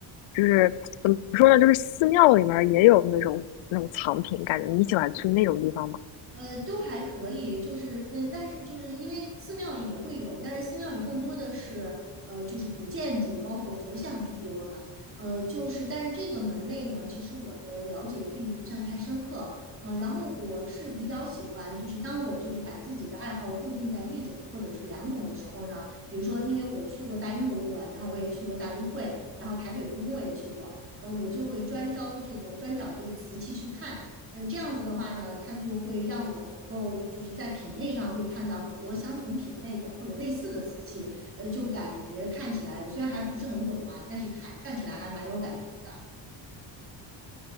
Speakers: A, on the left; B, on the right.
A: 就是怎么说呢，就是寺庙里面儿也有那种那种藏品，感觉你喜欢去那种地方吗？
B: 呃，都还可以，就是嗯，但是就是因为寺庙里也会有，但是寺庙里更多的是呃，就是古建筑，包括佛像居多嘛。呃，就是但是这个门类呢，其实我的了解并不算太深刻。呃，然后我是比较喜欢，就是当我就是把自己的爱好固定在一种或者是两种的时候呢，比如说因为我去过大英博物馆，然后我也去过大都会，然后台北故宫我也去过，呃，我就会专招这个专找这个瓷器去看。呃，这样子的话呢，它就会让我能够就是在品类上会看到很多相同品类的或者类似的瓷器，呃，就感觉看起来虽然还不是很懂啊，但是看看起来还蛮有感觉的。